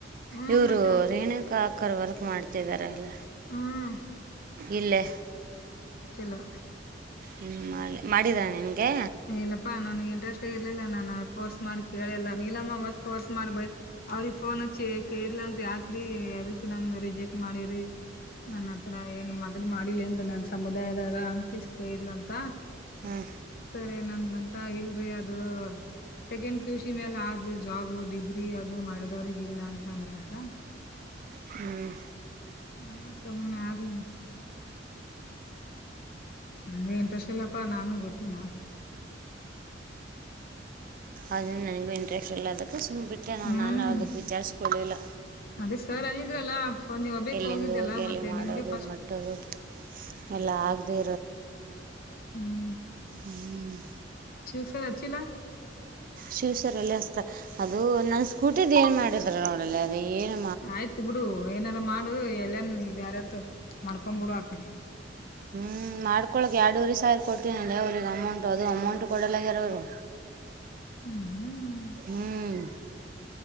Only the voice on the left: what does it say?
ಹ್ಮ
ಮತ್ತ
ಹ್ಮ್
ಚಲೋ
ಇಲ್ಲಪ್ಪಾ ನನ್ಗೆ ಇಂಟ್ರೆಸ್ಟ್ ಇರ್ಲಿಲ್ಲ ನಾನು ಫೋರ್ಸ್ ಮಾಡಿ ಕೇಳಲ್ಲ ನೀಲಮ್ಮ ಮತ್ಫೋರ್ಸ್ ಮಾಡ್ಬೇ ಅವ್ರಿ ಫೋನ್ ಹ ಕೇಳಲ ಅಂತ ಯಾಕ್ರಿ ಅದಕ್ ನಮ್ದ ರಿಜೆಕ್ಟ್ ಮಾಡಿರಿ ನನ್ನ ಹತ್ರ ಏನು ಮೊದ್ಲು ಮಾಡಿಲ್ಲೇಟ ನನ್ ಸಮುದಾಯದಾಗ ಅಂತಿಸ್ಕ ಇಲ ಅಂತ
ಸರಿ ನನ್ಂತ ಇಲ್ರಿ ಅದು ಸೆಕೆಂಡ್ ಪಿಯುಸಿ ಮೇಲ್ ಆದ್ರಿ ಜಾಬ್ ಡಿಗ್ರಿ ಮೇಲೆ ಮಾಡಿದವರಿಗೆ ಇಲ್ಲ ಅಂತ ಅಂದರಂತೆ
ಹಾ ಸುಮ್ಮ್ಆದಲಂಟ ಹ ಎಟಸಲ್ಲಪ್ಪಾ ನಾನು ಗಟ್ಟಿ ನಾನ
ಹ್ಮ್
ಅದೇ ಸರ್ ಅನಿದ್ರಲ್ಲ ಸೋ ನೀವು ಒಬ್ಬಕೋಗಿದ್ಯಲ್ಲ
ಮತ್ತೆ
ನಿನಗೆ ಫಾಸ್ಟ್
ಹ್ಮ್
ಚು ಸರ್ ಅಚಿಲ್ಲಾ
ಆಯ್ತು ಬಿಡು ಏನಾರ ಮಾಡು ಎಲ್ಲನ್ ಬ್ಯಾರತ್ ಮಾಡ್ಕೊಂಡ್ ಬಿಡು ಆ ಕಡೆ
ಹ್ಮ್